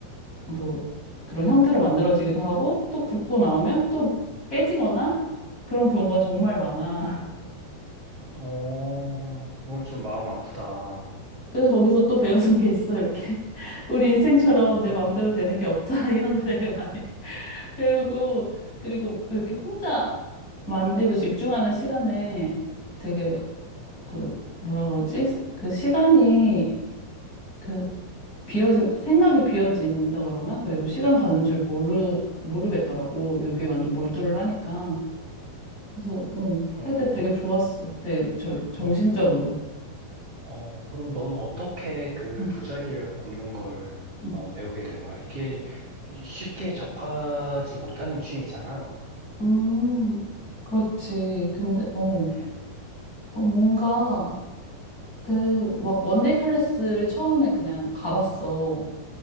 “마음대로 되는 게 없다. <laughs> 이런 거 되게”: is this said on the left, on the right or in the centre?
Left